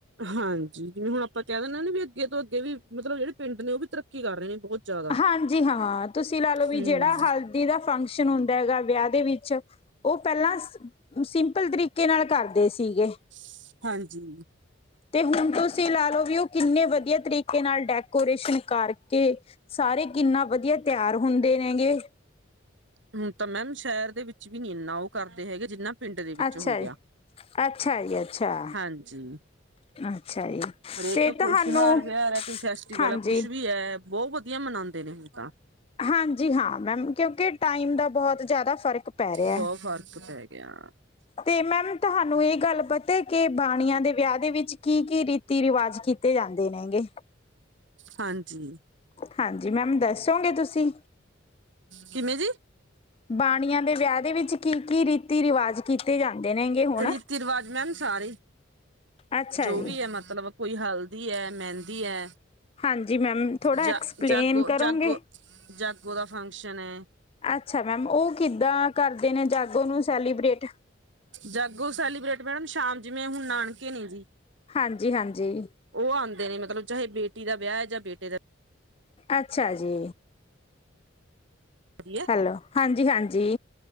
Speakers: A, on the right; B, on the left.
A: ਹਾਂਜੀ ਜਿਵੇਂ ਹੁਣ ਆਪਾਂ ਕਹਿ ਦਿੰਦੇ ਨੇਂ ਆ ਵੀ ਅੱਗੇ ਤੋ ਅੱਗੇ ਵੀ, ਮਤਲਬ ਜਿਹੜੇ ਪਿੰਡ ਨੇ ਉਹ ਵੀ ਤਰੱਕੀ ਕਰ ਰਹੇ ਨੇ ਬਹੁਤ। ਜ਼ਿਆਦਾ
B: ਹਾਂਜੀ, ਹਾਂ ਤੁਸੀਂ ਲਾ ਲਓ ਵੀ
A: ਹਮ
B: ਜਿਹੜਾ ਹਲਦੀ ਦਾ ਫੰਕਸ਼ਨ ਹੁਨ ਦਾ ਹੈਗਾ ਵਿਆਹ ਦੇ ਵਿੱਚ, ਉਹ ਪਹਿਲਾਂ ਸ ਸਿੰਪਲ ਤਰੀਕੇ ਨਾਲ ਕਰਦੇ ਸੀਗੇ।
A: ਸ, ਹਾਂਜੀ।
B: ਤੇ ਹੁਣ ਤੁਸੀਂ ਲਾ ਲਓ ਵੀ, ਉਹ ਕਿੰਨੇ ਵਧੀਆ ਤਰੀਕੇ ਨਾਲ ਡੈਕੋਰੇਸ਼ਨ ਕਰਕੇ ਸਾਰੇ ਕਿੰਨਾ ਵਧੀਆ ਤਿਆਰ ਹੁੰਦੇ ਨੇਗੇ।
A: ਹੁਣ ਤਾ ਮੈਮ ਸ਼ਹਿਰ ਦੇ ਵਿੱਚ ਵੀ ਨੀ ਇੰਹਨਾ ਉਹ ਕਰਦੇ ਹੈਗੇ, ਜਿੰਹਨਾ ਪਿੰਡ ਦੇ ਵਿੱਚ
B: ਅੱਛਾ
A: ਹੋ ਗਿਆ,
B: ਜੀ ਅੱਛਾ ਜੀ ਅੱਛਾ
A: ਹਾਂਜੀ।
B: ਅੱਛਾ ਜੀ
A: ਹਰੇਕ
B: ਤੇ
A: ਕੋਈ
B: ਤੁਹਾਨੂੰ
A: ਤਿਉਹਾਰ ਵਿਹਾਰ ਹੈ, ਕੋਈ ਫੈਸਟੀਵਲ
B: ਹਾਂਜੀ
A: ਹੈ, ਕੁਛ ਵੀ ਹੈ। ਬਹੁਤ ਵਧੀਆ ਮਨਾਉਂਦੇ ਨੇ ਹੁਣ ਤਾਂ।
B: ਹਾਂਜੀ! ਹਾਂ ਮੈਮ, ਕਿਉਂਕਿ ਟਾਈਮ ਦਾ ਬਹੁਤ ਜ਼ਿਆਦਾ ਫ਼ਰਕ ਪੈ ਰਿਹਾ
A: ਬਹੁਤ ਫਰਕ ਪੈ ਗਿਆ।
B: ਤੇ ਮੈਮ, ਤੁਹਾਨੂੰ ਇਹ ਗੱਲ ਪਤ ਤਾ ਏ ਕਿ ਬਾਣੀਆਂ ਦੇ ਵਿਆਹ ਦੇ ਵਿੱਚ ਕੀ-ਕੀ ਰੀਤੀ ਰਿਵਾਜ ਕੀਤੇ ਜਾਂਦੇ ਨੇਂ ਹੈਗੇ।
A: ਹਾਂਜੀ।
B: ਹਾਂਜੀ ਮੈਮ ਦੱਸੋਗੇ ਤੁਸੀਂ
A: ਕਿਵੇਂ ਜ
B: ਬਾਣੀਆਂ ਦੇ ਵਿਆਹ ਦੇ ਵਿੱਚ ਕੀ ਕੀ ਰੀਤੀ ਰਿਵਾਜ਼ ਕੀਤੇ ਜਾਂਦੇ ਨੇਗੇ ਹੁਣ।
A: ਰੀਤੀ ਰਿਵਾਜ ਮੈਮ ਸਾਰੇ
B: ਅੱਛਾ
A: ਜੋ
B: ਜੀ
A: ਵੀ ਹੈ ਮਤਲਬ ਕੋਈ ਹਲਦੀ ਹੈ ਮਹਿੰਦੀ ਹੈ।
B: ਹਾਂਜੀ ਮੈਮ ਥੋੜਾ
A: ਜਾ
B: ਐਕਸਪਲੇਨ
A: ਜਾਗੋ
B: ਕਰੋਗੇ।
A: ਜਾਗੋ ਜਾਗੋ ਦਾ ਫੰਕਸ਼ਨ ਹੈ
B: ਅੱਛਾ ਮੈਮ ਉਹ ਕਿੱਦਾਂ ਕਰਦੇ ਨੇ ਜਗ ਉਹ ਨੂੰ ਸੈਲੀਬ੍ਰਟ
A: ਜਾਗੋ ਸੈਲੀਬ੍ਰੇਟ ਮੈਡਮ ਸ਼ਾਮ ਜਿਵੇਂ ਹੁਣ ਨਾਨਕੇ ਨੇ ਜੀ।
B: ਹਾਂਜੀ ਹਾਂਜੀ।
A: ਉਹ ਆਉਂਦੇ ਨੇ ਮਤਲਬ ਚਾਹੇ ਬੇਟੀ ਦਾ ਵਿਆਹ ਹੈ ਜਾਂ ਬੇਟੇ ਦਾ।
B: ਅੱਛਾ ਜੀ।
A: ਵਧੀਆ।
B: ਹੈਲੋ ਹਾਂਜੀ ਹਾਂਜੀ।